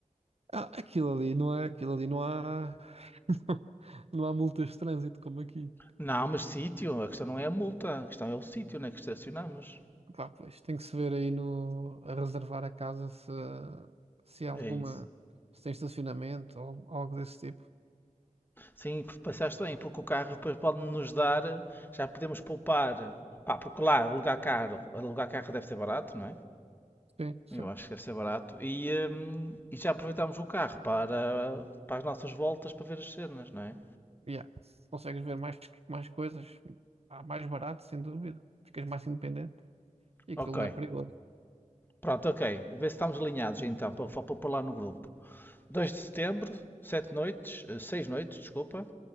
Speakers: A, on the right; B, on the left.
A: Ah, aquilo ali não é, aquilo ali não há, <laughs> não há multas de trânsito como aqui.
B: Não, mas sítio. A questão não é a multa. A questão é o sítio onde é que estacionamos.
A: Pá, pois tem que se ver aí no, a reservar a casa se, se há alguma,
B: É isso.
A: se tem estacionamento ou algo desse tipo.
B: Sim, pensaste bem, porque o carro depois pode nos dar, já podemos poupar. Pá, porque lá alugar carro, alugar carro deve ser barato, não é?
A: Sim, sim.
B: Eu acho que deve ser barato. E, hum, e já aproveitámos o carro para, para as nossas voltas para ver as cenas, não é?
A: Yeah. Consegues ver mais, mais coisas, ah, mais barato, sem dúvida. Ficas mais independente e aquilo
B: Ok,
A: não é perigoso.
B: pronto, ok. Vê se estamos alinhados então, para, para pôr lá no grupo. dois de setembro, 7 noites, eh, 6 noites, desculpa.